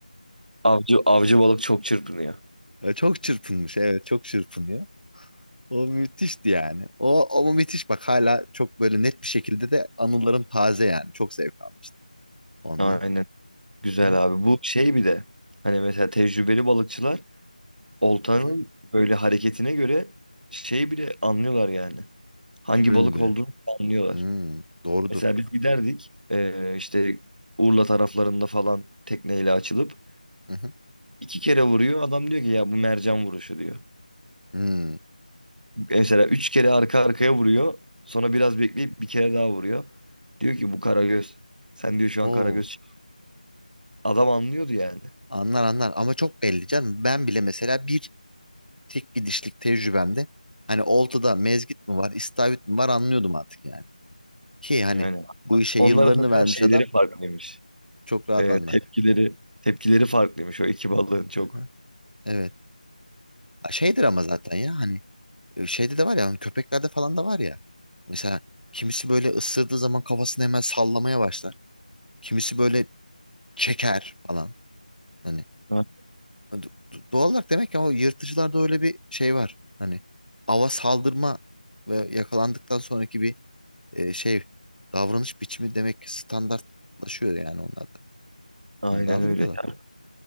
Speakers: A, on the right; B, on the left.
A: avcı, avcı balık çok çırpınıyor.
B: Ya Çok çırpınmış evet çok çırpınıyor. O müthişti yani. O, o müthiş bak hala çok böyle net bir şekilde de anılarım taze yani. Çok zevk almıştım ondan.
A: Aynen. Güzel
B: Hı hı.
A: abi. Bu şey bir de hani mesela tecrübeli balıkçılar oltanın
B: Hı hı.
A: böyle hareketine göre şey bile anlıyorlar yani. Hangi
B: Şürünü
A: balık
B: bile.
A: olduğunu anlıyorlar.
B: Hmm, doğrudur.
A: Mesela biz giderdik eee, işte Urla taraflarında falan tekneyle açılıp
B: Hı hı.
A: iki kere vuruyor. Adam diyor ki ya bu mercan vuruşu diyor.
B: Hmm.
A: Mesela üç kere arka arkaya vuruyor. Sonra biraz bekleyip bir kere daha vuruyor. Diyor ki bu karagöz. Sen diyor şu
B: Oo,
A: an karagöz. Adam anlıyordu yani.
B: anlar anlar ama çok belli canım. Ben bile mesela bir tek gidişlik tecrübemde hani oltada mezgit mi var, istavrit mi var anlıyordum artık yani. Ki hani
A: Yani
B: bu işe
A: onların
B: yıllarını
A: mesela
B: vermiş
A: şeyleri
B: adam
A: farklıymış.
B: çok rahat
A: Ee,
B: anlar.
A: tepkileri tepkileri farklıymış o iki balığın çok.
B: Hı Evet. Ha, Şeydir ama zaten ya hani E, Şeyde de var ya hani köpeklerde falan da var ya. Mesela kimisi böyle ısırdığı zaman kafasını hemen sallamaya başlar. Kimisi böyle çeker falan. Hani
A: Ha,
B: Hani do- do- doğal olarak demek ki o yırtıcılarda öyle bir şey var. Hani ava saldırma ve yakalandıktan sonraki bir e, şey davranış biçimi demek ki standartlaşıyor yani onlarda.
A: Aynen
B: Bunu da algılıyorlar.
A: öyle. ya.